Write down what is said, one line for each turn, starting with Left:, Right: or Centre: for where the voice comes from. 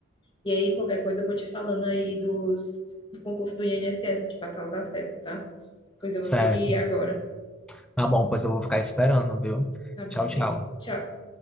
Left: E aí, qualquer coisa, eu vou te falando aí dos, do concurso do INSS, de passar os acessos, tá? Pois eu vou
Centre: Certo.
Left: ter que ir agora.
Centre: Tá bom, pois eu vou ficar esperando, viu?
Left: Tá bom,
Centre: Tchau,
Left: amigo.
Centre: tchau.
Left: Tchau.